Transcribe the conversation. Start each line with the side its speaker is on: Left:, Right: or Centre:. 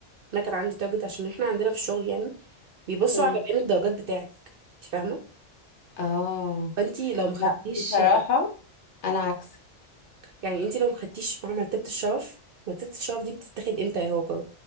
Right: انا كان عندي تارجت عشان احنا عندنا في الشغل يعني بيبصوا
Left: مم.
Right: على بيان الدرجات بتاعك انت فاهمه
Left: اه
Right: فانتي لو مخدتيش
Left: لا بصراحه انا عكسك
Right: يعني انتي لو مخدتيش مع مرتبه الشرف مرتبه الشرف دي بتتاخد امتى يا هاجر